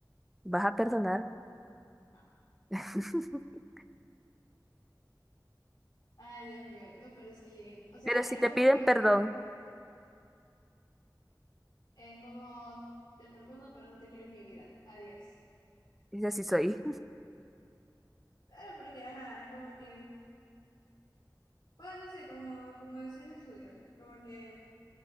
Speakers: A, in the centre; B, on the left.
A: ¿Vas a perdonar?
B: No.
A: <laughs>
B: Ay, Dios mío, no, pero sí. O sea,
A: Pero
B: era
A: si te
B: como
A: piden
B: que
A: perdón,
B: es como te perdono, pero no te quiero en mi vida. Adiós.
A: es así soy.
B: Claro, porque ajá, es como que, bueno, no sé, como, como decía el estudio, como que,